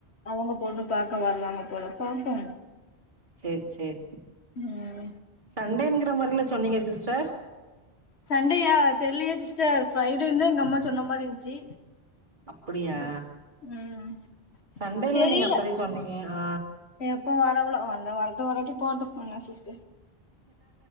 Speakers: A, on the left; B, on the right.
A: அவங்க பொண்ணு பாக்க வருவாங்க போல பாப்போ
B: சேரி சேரி
A: ம்
B: சண்டேங்க ந்த மாறில சொன்னீங்க சிஸ்டர்
A: சண்டேயா தெரியலயே சிஸ்டர் ஃப்ரை டேனு எங்கம்மா சொன்ன மாறி இருந்ச்சு
B: அப்புடியா
A: ம்
B: சண்டேல்ல
A: தெரில
B: நீங்க அப்பவே சொன்னீங்க ஆ
A: எப்ப வரவளோ வந்தா வரட்டு வராட்டி போட்டு என்ன சிஸ்டர்